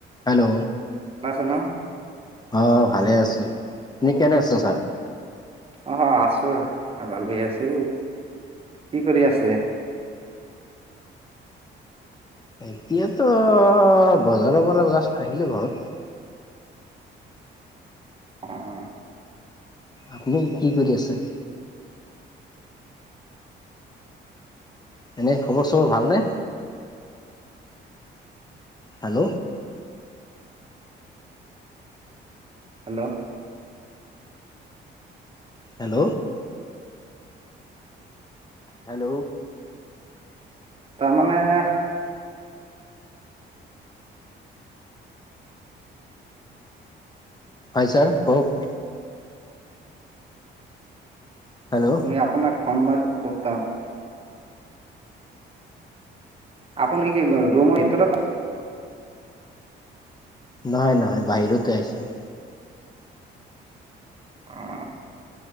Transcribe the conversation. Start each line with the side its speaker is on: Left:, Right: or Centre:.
Left: Hello.
Right: <unintelligible>
Left: অ', ভালে আছো নি কেনে আছ ছা।
Right: অ', আছো ভালই আছে কি কৰি আছে।
Left: এতিয়াতো বজাৰৰ পৰা জাষ্ট আহিলো ঘৰত।
Right: অ'।
Left: আপুনি কি কৰি আছে। এনেই খবৰ চবৰ ভালনে। হেল্ল।
Right: হেল্ল।
Left: হেল্ল। হেল্ল।
Right: তাৰমানেহ
Left: হয় ছাৰ কওক। হেল্ল।
Right: এ আপোনাক ফোন মাৰি। <unintelligible> আপুনি কি কৰে ৰোমৰ ভিতৰত
Left: নহয় নহয় বাহিৰতে আহিছো।
Right: অহ',